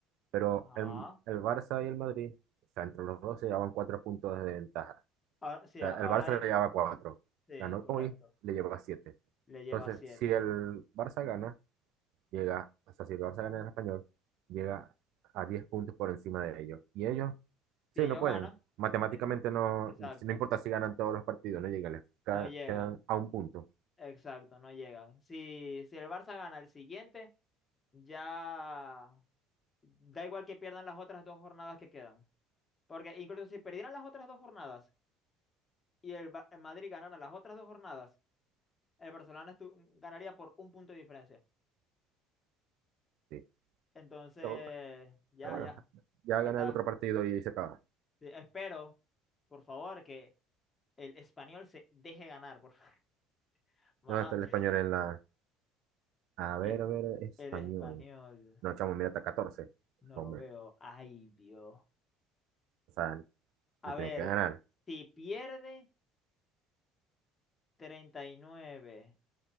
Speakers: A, on the right; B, on the left.
A: pero
B: Ajá.
A: el, el Barça y el Madrid, o sea, entre los dos se llevaban cuatro puntos de ventaja.
B: Ahora, sí,
A: O sea,
B: ahora
A: el Barça
B: es-
A: le llevaba cuatro,
B: sí,
A: ganó
B: correcto.
A: hoy, le llevaba siete.
B: Le lleva
A: Entonces,
B: siete.
A: si el Barça gana, llega, o sea, si el Barça gana en el español, llega a 10 puntos por encima de ellos. Y ellos,
B: Si
A: sí,
B: ellos
A: no pueden.
B: ganan,
A: Matemáticamente
B: eh,
A: no,
B: exacto,
A: si no importa si ganan todos los partidos, no llegan, les ca-
B: no llegan.
A: quedan a un punto.
B: Exacto, no llegan. Si, si el Barça gana el siguiente, ya da igual que pierdan las otras dos jornadas que quedan. Porque incluso si perdieran las otras dos jornadas y el, Ba- el Madrid ganara las otras dos jornadas, el Barcelona estu- ganaría por un punto de diferencia.
A: Sí.
B: Entonces,
A: Pero,
B: ya,
A: pero bueno,
B: ya.
A: ya
B: Falta.
A: gana el otro partido y se acaba.
B: sí, Espero, por favor, que el español se deje ganar, por <laughs> malandro.
A: ¿Dónde está el español en la... A ver,
B: Eh,
A: a ver, español.
B: El, español,
A: No, chamo, mira, está catorce
B: no
A: Hombre,
B: lo veo. Ay, Dios.
A: o sea,
B: A
A: le tiene
B: ver,
A: que ganar.
B: si pierde 39,